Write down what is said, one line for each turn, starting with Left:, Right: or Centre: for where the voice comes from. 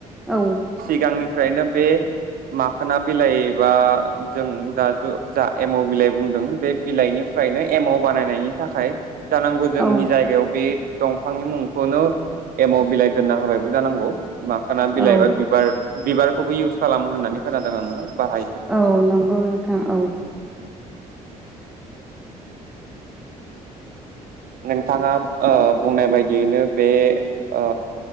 Centre: औ
Right: सिगांनि फ्रायनो बे माखोना बिलाइ एबा जों दा ज' जा एम' बिलाइ बुंदों बे बिलाइनिफ्रायनो एमाव बानायनायनि थाखाय जानांगौ जोंनि
Centre: औ
Right: जायगायाव बे दंफांनि मुंखौनो एमाव बिलाइ दोनना होबायबो जानांगौ माखाना बिलाइबा
Centre: औ
Right: बिबार बिबारखौबो इउस खालामो होननानै खोनादों आङो बाहाय
Centre: औ नंगौ नोंथां औ।
Right: नोंथाङा ओ बुंनाय बायदियैनो बे ओ